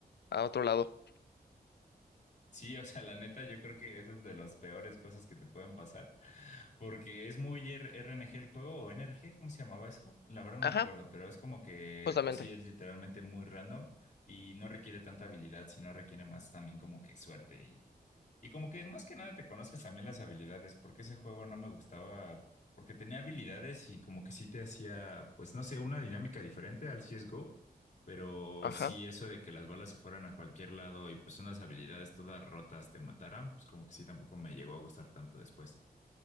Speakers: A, on the left; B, on the left.
A: a otro lado.
B: Sí, o sea, la neta, yo creo que eso es de las peores cosas que te pueden pasar. Porque es muy R- RNG el juego, o NRG, ¿cómo se llamaba eso? La verdad no
A: Ajá,
B: me acuerdo, pero es como que,
A: justamente.
B: pues sí, es literalmente muy random y no requiere tanta habilidad, sino requiere más también como que suerte y, y como que más que nada te conozcas también las habilidades, porque ese juego no me gustaba, porque tenía habilidades y como que sí te hacía, pues no sé, una dinámica diferente al CSGO, pero
A: Ajá.
B: sí eso de que las balas se fueran a cualquier lado y pues unas habilidades todas rotas te mataran, pues como que sí tampoco me llegó a gustar tanto después.